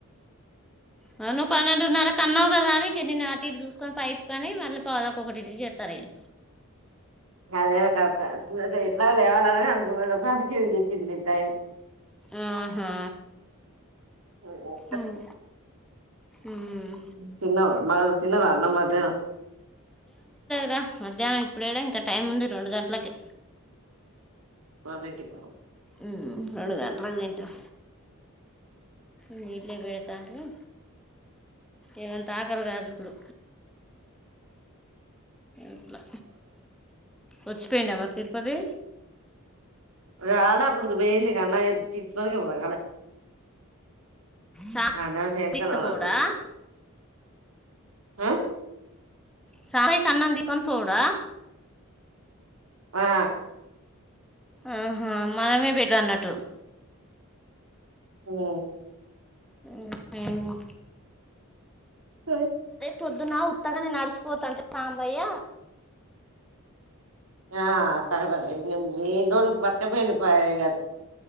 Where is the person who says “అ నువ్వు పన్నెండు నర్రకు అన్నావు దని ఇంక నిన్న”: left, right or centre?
Centre